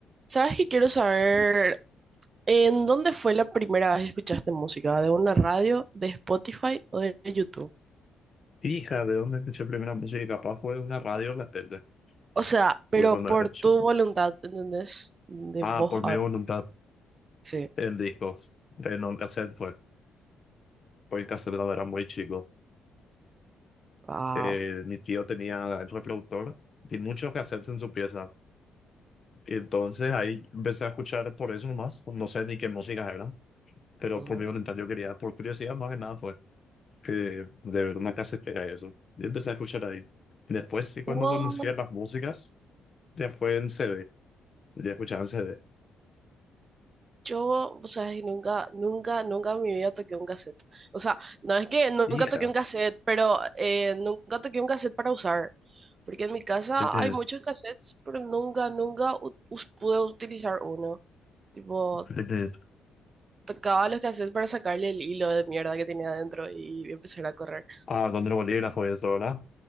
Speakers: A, on the right; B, on the left.
A: ¿Sabes qué quiero saber? ¿En dónde fue la primera vez que escuchaste música? ¿De una radio, de Spotify o de YouTube?
B: Hija, ¿de dónde escuché primera música? Y Capaz fue de una radio o la tele.
A: O sea, pero
B: Porque cuando
A: por
B: era chico.
A: tu voluntad, ¿entendés? De
B: Ah,
A: vos
B: por mi
A: a-
B: voluntad,
A: Sí.
B: el disco. En un cassette fue. Porque el cassette la verdad muy chico.
A: Ah.
B: Eh, mi tío tenía el reproductor y muchos cassettes en su pieza. Y entonces ahí empecé a escuchar por eso nomás. No sé ni qué música era. Pero
A: ujú.
B: por mi voluntad yo quería, por curiosidad más que nada fue. Que de ver una casetera y eso. Y empecé a escuchar ahí. Después, sí, cuando
A: Wow,
B: conocía las músicas, ya fue en c d Ya escuchaba en C d
A: Yo, o sea, nunca, nunca, nunca en mi vida toqué un cassette. O sea, no es que nunca
B: Hija,
A: toqué un cassette, pero eh, nunca toqué un cassette para usar. Porque en mi casa
B: desde,
A: hay muchos cassettes, pero nunca, nunca u- us- pude utilizar uno. Tipo,
B: desde-
A: tocaba los cassettes para sacarle el hilo de mierda que tenía adentro y empezar a correr.
B: a donde el volví la eso, sola